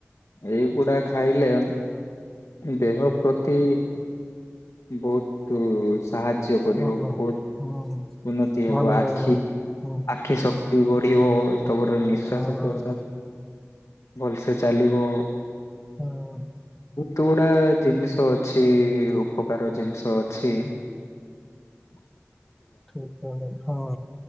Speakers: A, on the left; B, in the centre.
A: ଏଇଗୁଡା ଖାଇଲେ ଦେହ ପ୍ରତି ବୋହୁତ ସାହାଯ୍ୟ। କରିବ
B: ଭଲ
A: ବୋହୁତ
B: ହୁଁ
A: ଉନ୍ନତି ହେବ
B: ଭଲ
A: ଆଖି
B: ରହିବ। ହଁ
A: ଆଖି ବଢିବ ତମର ନିଃଶ୍ଵାସ
B: ହଁ
A: ପ୍ରସା ଭଲସେ ଚାଲିବ।
B: ହଁ।
A: ତୁ ଗୁଡା ଜିନିଷ ଅଛି ଉପକାର ଜିନିଷ ଅଛି। ହ <inaudible>
B: ଠିକ୍ ହଁ।